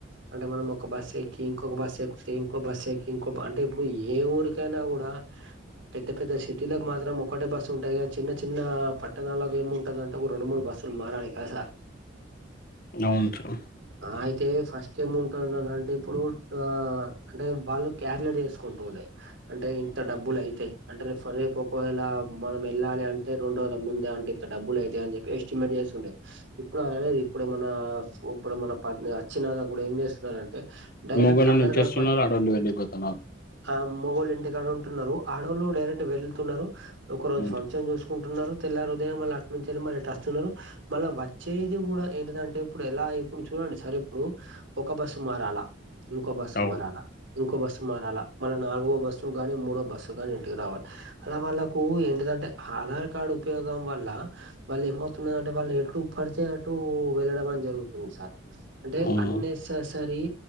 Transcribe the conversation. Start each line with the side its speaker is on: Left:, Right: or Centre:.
Right: అంటే మనం ఒక బస్ ఎక్కి ఇంకొక బస్ ఎక్కి ఇంకో బస్ ఎక్కి ఇంకో అంటే ఇప్పుడు ఏ ఊరికైనా గుడా పెద్ద పెద్ద సిటీలకు మాత్రం ఒకటే బస్సు ఉంటాద్ గనీ చిన్న చిన్న పట్టణాలకు ఏమిముంటాదంటే ఒక రెండు మూడు బస్ లు మారాలి కదా సార్
Left: ఔన్ సార్
Right: అయితే ఫస్ట్ ఏముంటందంటే ఇప్పుడు ఆ అంటే వాళ్ళు క్యాలిక్యులేట్ చేసుకు ఉండాయి అంటే ఇంత డబ్బులు అయితై అంటే రేపు ఒకవేళ మనం ఎళ్ళాలి అంటే రొండోలకు ముందే అంటే ఇంత డబ్బులు అయితాయ్ అని చెప్పి ఎస్టిమేట్ చేస్తుండే ఇప్పుడు అలా లేద్ ఇప్పుడేమన్నా ఇప్పుడు మన పత్ అచ్చినా గుడా ఏం చేస్తున్నరంటే డైరెక్ట్
Left: మొగలు
Right: ఆధార్
Left: నుంచేస్తున్నారు
Right: కార్డు పట్
Left: ఆడవాళ్ళు వెళ్ళిపోతున్నారు
Right: ఆ మొగుళ్ళు ఇంటికాడ ఉంటున్నారు ఆడోళ్ళు డైరెక్ట్ వెళుతున్నారు ఒక రోజు
Left: మ్మ్.
Right: ఫంక్షన్ చూసుకు కుంటున్నారు తెల్లారుదయం మళ్ళ అట్ నుంచెల్ మళ్ళ ఇట్ అస్తున్నారు మళ్ళ వచ్చేది గుడా ఏంటదంటే ఇప్పుడు ఎలా ఇప్పుడు చూడండి సార్ ఇప్పుడు ఒక బస్సు మారాలా ఇంకో బస్సుక్
Left: అవును
Right: మారాలా ఇంకో బస్సు మారాలా మళ్ళ నాలుగో బస్సు గాని మూడో బస్సు గాని ఇంటికి రావాల అలా వాళ్ళకు ఏంటిదంటే ఆధార్ కార్డ్ ఉపయోగం వల్ల వాళ్ళు ఏమవుతున్నదంటే వాళ్ళు ఎటు పడితే అటు వెళ్ళడం అని జరుగుతుంది సార్ అంటే
Left: మ్మ్.
Right: అన్నేసేసరి